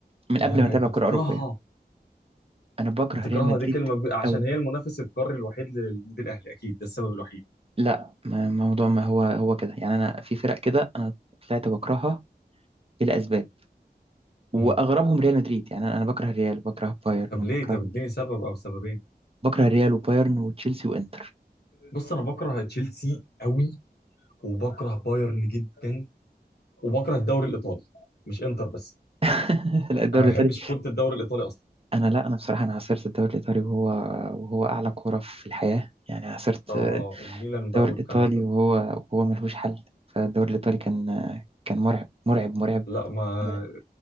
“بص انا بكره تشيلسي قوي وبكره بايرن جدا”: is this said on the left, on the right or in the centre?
Left